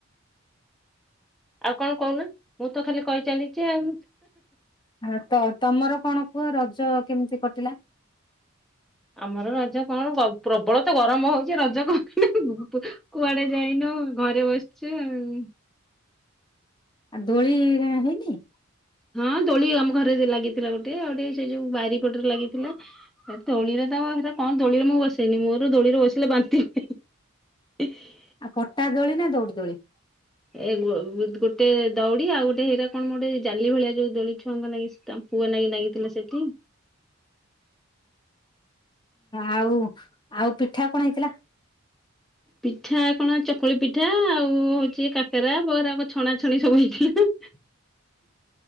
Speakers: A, in the centre; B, on the left (about 20°).
A: ଆଉ କଣ କହୁନ ମୁଁତ ଖାଲି କହି ଚାଲିଚି ଆଉ?
B: ହଁ ତ ତମର କଣ କୁହ ରଜ କେମିତି କଟିଲା?
A: ଆମର ରଜ କଣ ପ୍ର ପ୍ରବଳତ ଗରମ ହଉଚି ରଜ କଁ କୁଆଡ଼େ ଯାଇନୁ ଘରେ ବସିଚୁ ଆଉ।
B: ଆଁ ଦୋଳି ହେହେଇନି?
A: ହଁ ଦୋଳି ଆମ ଘରେ ଲାଗିଥିଲା ଗୋଟେ ଆଉ ଗୋଟେ ସେ ଯୋଉ ବାରିପଟରେ ଲାଗିଥିଲା। ହେ ଦୋଳିରେତ ହେରା କଁ ଦୋଳିରେ ମୁଁ ବସେଇନି ମୋର ଦୋଳିରେ ବସିଲେ ବାନ୍ତି ହୁଏ <inaudible>
B: ଆଁ ପଟା ଦୋଳିନା ଦୌଡ଼ି ଦୋଳି?
A: ଏ ଗୋ ଗୋଟେ ଦଉଡି଼ ଆଉ ଗୋଟେ ହେରା କଣ ମୋଟେ ଜାଲି ଭଳିଆ ଯୋଉ ଦୋଳିଛୁଆଙ୍କ ନାଗି ତାଙ୍କ ପୁଅ ନାଗି ନାଗିଥିଲା ସେଠି
B: ଆଉ ଆଉ ପିଠା କଣ ହେଇଥିଲା?
A: ପିଠା କଣ ଚକୁଳି ପିଠା ଆଉ ହଉଚି କାକେରା ବରାକୁ ଛଣା ଛଣି ସବୁ ହେଇଥିଲା।
B: <inaudible>